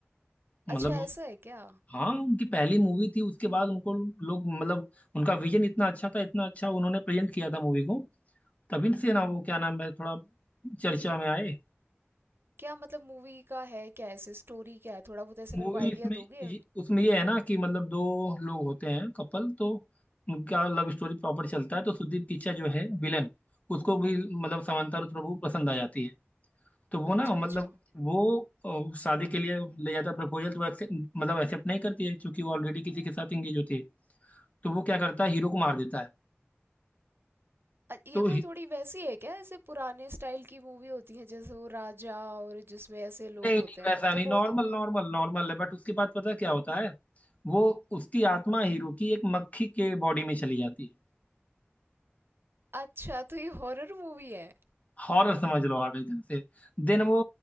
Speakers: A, on the left (about 35°); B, on the right (about 60°).
A: मतलब
B: अच्छा ऐसा है क्या
A: हाँ उनकी पहली मूवी थी उसके बाद उनको लोग मतलब उनका विजन इतना अच्छा था इतना अच्छा उन्होंने प्रेजेंट किया था मूवी को तभी से ना वो क्या नाम है थोड़ा चर्चा में आए
B: क्या मतलब मूवी का है क्या ऐसे स्टोरी क्या है थोड़ा बहुत ऐसे
A: मूवी
B: मेरे को आइडिया
A: इसमें
B: दोगे
A: ये- उसमें ये है ना कि मतलब दो लोग होते हैं कपल तो उनका लव स्टोरी प्रॉपर चलता है तो सुदीप किच्चा जो है विलन उसको भी मतलब समांथा प्रभु पसंद आ जाती है तो वो
B: अच्छा
A: ना मतलब
B: अच्छा
A: वो अ, शादी के लिए ले जाता है प्रपोजल तो वो accept- मतलब एक्सेप्ट नहीं करती है क्योंकि वो ऑलरेडी किसी के साथ इंगेज होती है तो वो क्या करता है हीरो को मार देता है
B: अ, ये
A: तो
B: कोई थोड़ी वैसी है क्या ऐसे पुराने स्टाइल की मूवी होती है जैसे वो राजा और जिसमें ऐसे लोग
A: नहीं नहीं
B: होते
A: वैसा
B: हैं मतलब
A: नहीं नॉर्मल
B: बहुत
A: नॉर्मल नॉर्मल है बट उसके बाद पता है क्या होता है वो उसकी आत्मा हीरो की एक मक्खी के बॉडी में चली जाती है
B: अच्छा तो ये हॉरर मूवी है
A: हॉरर समझ लो आप एक तरह से देन वो